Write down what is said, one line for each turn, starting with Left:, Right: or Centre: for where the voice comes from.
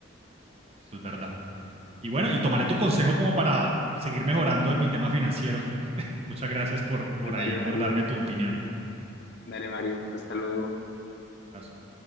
Right: Eso es verdad. Y bueno, y tomaré tu consejo como para seguir mejorando en mi tema financiero. <laughs> Muchas gracias por, por
Left: Dale,
Right: ahí, por
Left: Mario,
Right: darme tu opinión.
Left: dale, Mario, hasta luego.
Right: Un abrazo.